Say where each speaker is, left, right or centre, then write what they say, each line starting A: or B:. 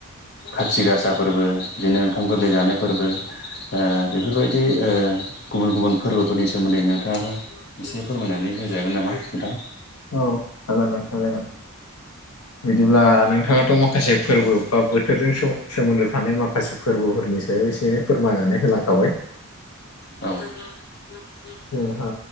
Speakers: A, on the left; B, on the left.
A: खाथि गासा फोरबो बिदिनो ओंखाम गोरलै जानाय फोरबो ओ बेफोरबायदि ओ गुबुन-गुबुन फोरबोफोरनि सोमोन्दै नोंथाङाबो एसे फोरमायनानै होजागोन नामा नोंथां?
B: औ जागोन नोंथां जागोन बिदिब्ला नोंथाङाथ' मा माखासे फोरबो बा बोथोरजों सोम सोमोन्दो थानाय माखासे फोरबोफोरनि सायाव एसे फोरमायनानै होलांखाबाय।
A: औ म <inaudible>
B: जोंहा